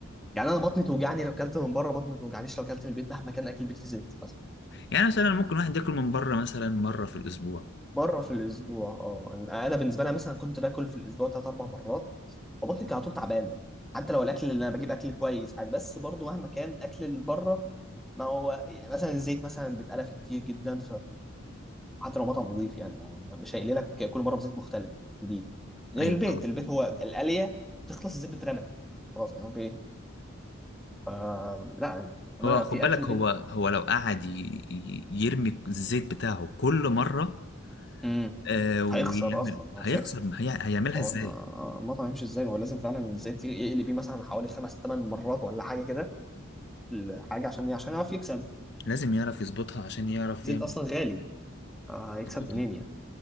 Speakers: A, in the centre; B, on the left.
A: يعني انا بطني توجعني لو اكلت من بره بطني ما توجعنيش لو اكلت من البيت مهما كان اكل البيت في زيت مثلا
B: يعني مثلا ممكن واحد ياكل من بره مثلا مرة في الأسبوع
A: مره في الاسبوع اه انا أنا بالنسبه لي مثلا كنت باكل في الاسبوع ثلاث اربع مرات فبطني كانت على طول تعبانه حتى لو الاكل اللي انا بجيب اكل كويس عادي بس برضه مهما كان اكل اللي بره ما هو يعني مثلا الزيت مثلا بيتقلى فيه كتير جدا حتى لو مطعم نظيف يعني ما هو مش هيقلي لك كل مره بزيت مختلف جديد غير
B: أيوة
A: البيت
B: طبعا
A: البيت هو القليه تخلص الزيت بترمى خلاص يعني في ايه آه لا انا
B: هو خد
A: في
B: بالك
A: اكل بيت
B: هو هو لو قعد ي- ي- يرمي الزيت بتاعه كل مرة
A: امم
B: آه ويعمل
A: هيخسر اصلا هو مش
B: هيخسر
A: هيكسب
B: هي هيعملها
A: هو
B: ازاي؟
A: انا آه، المطعم يمشي ازاي ما هو لازم فعلا الزيت يقلي بيه مثلا حوالي خمس ثمان مرات ولا حاجه كده الحاجه عشان عشان يعرف يكسب
B: لازم يعرف يظبطها عشان يعرف
A: الزيت
B: يعمل
A: اصلا غالي آه هيكسب
B: يظبطها
A: منين يعني